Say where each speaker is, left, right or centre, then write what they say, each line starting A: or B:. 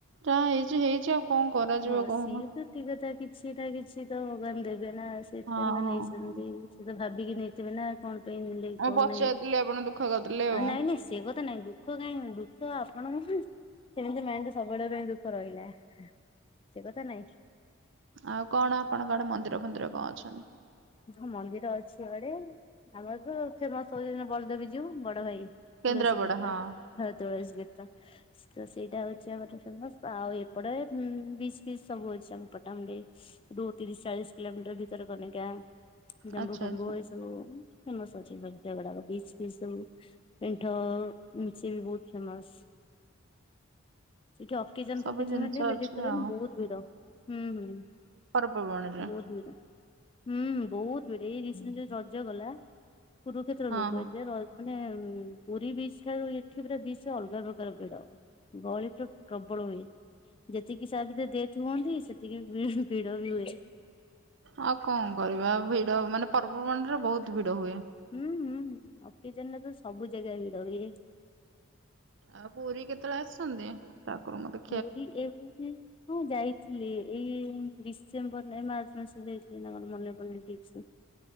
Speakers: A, on the right (about 60°); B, on the left (about 25°).
A: ଯାହା ହେଇଚି ହେଇଚି ଆଉ କଣ କରାଯିବ
B: ହଁ
A: କହୁନ
B: ସିଏ ତ ଠିକ କଥା କିଛି ନା କିଛି ତ ଭଗବାନ ଦେବେ ନା ସେଇଥିପାଇଁ
A: ହଁ
B: ତ ନେଇଛନ୍ତି।
A: ହଁ ହଁ।
B: ଉଁ, ସେ ତ ଭାବିକି ନେଇଥିବେ ନା କଣ <unintelligible> କଣ
A: ମୁଁ ପଚାରିଥିଲି
B: ନାଇଁ ଆଉ
A: ଆପଣ ଦୁଃଖ କରିଦେଲେ ଆଉ
B: ନାଇଁ ନାଇଁ ସେ କଥା ନାଇଁ। ଦୁ ଖ କାହିଁକି ନା ଦୁଃଖ ଆପଣଙ୍କୁ ନା ସେମିତି ନାଇ ଯେ ସବୁବେଳେ ପାଇଁ ଦୁଃଖ ରହିଲା। ସେ କଥା ନାଇଁ।
A: ଆଉ କଣ ଆପଣକ ଆଡେ ମନ୍ଦିର ଫନ୍ଦିର କଣ ଅଛି?
B: ହଁ ମନ୍ଦିର ସିଆଡେ ଆମର ତ ଫେମସ୍ ହଉଛନ୍ତି ବଳଦେବଜୀଉ ବଡ ଭାଇ।
A: କେନ୍ଦ୍ରାପଡା
B: ତୁଳସୀ କ୍ଷେତ୍ର,
A: ହଁ
B: ହଁ ତୁଳସୀ କ୍ଷେତ୍ର। ତ ସେଇଟା ହଉଛି ଆମର ଫେମସ୍। ଆଉ ଏପଟେ ଉଁ, ବିଚ୍ ଫିଚ୍ ସବୁ ଅଛି ଆମ ପଟାମୁଣ୍ଡେଇ। ଦୁ-ତିରିଶ ଚାଳିଶ କିଲୋମିଟର ଭିତରକନିକା, ଜମ୍ବୁ
A: ଆଚ୍ଛା
B: ଫମ୍ବୁ
A: ଆଚ୍ଛା।
B: ଏ ସ ବୁ ଫେମସ୍ ଅଛି ସବୁ ସେ ଗୁଡାକ। ବିଚ୍ ଫିଚ୍ ସବୁ ପିଣ୍ଠ ମିଛିନ୍ ବହୁତ ଫେମସ୍। ସେଇଠି ଅ କିଚନ୍
A: ସବୁ
B: ଫ କିଚନ୍
A: ଜିନିଷ
B: ଯେ ବିଲିଫ୍
A: ଅଛି
B: କରିବନି
A: ଆଉ
B: ବହୁତ ଭିଡ। ହୁଁ, ହୁଁ,
A: ପର୍ବପର୍ବାଣିରେ
B: ବହୁତ ଭିଡ। ହୁଁ, ହୁଁ, ବହୁତ ଭିଡ। ଏଇ ରିସନିଲି ରଜ ଗଲା କୁରୁକ୍ଷେତ୍ର
A: ହଁ
B: ଲୋକ
A: ହଁ।
B: ହେଇଥିଲେ। ଏ ର ମାନେ ଉଁ, ପୁରୀ ବିଚ୍ ଠାରୁ ଏଠି ପୁରା ବିଚ୍ ରେ ଅଲଗା ପ୍ରକାର ଭିଡ। ଗହଳି ତ ପ୍ରବଳ ହୁଏ। ଯେତିକି ସା ଭିତରେ ଡେଥ୍ ହୁଅନ୍ତି, ସେତିକି ବି ଭିଡ ହୁଏ।
A: ଆଉ କଣ କରିବା ଆଉ ଭିଡ ମାନେ ପର୍ବବାଣିରେ ବହୁତ ଭିଡ ହୁଏ।
B: ହୁଁ, ହୁଁ, ଅକେଜନ୍ ରେ ତ ସବୁ ଜାଗା ଭିଡ ହୁଏ।
A: ଆଉ ପୁରୀ କେତେବେଳେ ଆସନ୍ତି ଠାକୁରଙ୍କୁ ଦେ
B: ପୁରୀ ଏବେ ନା ହଁ ଯାଇଥିଲି ଏଇ ଡିସେମ୍ବର ନା ଏ ମାର୍ଚ୍ଚ ମାସ ଯାଇଥିଲି ନା କଣ ମନେ ପଡୁନି ଠିକ୍ ସେ।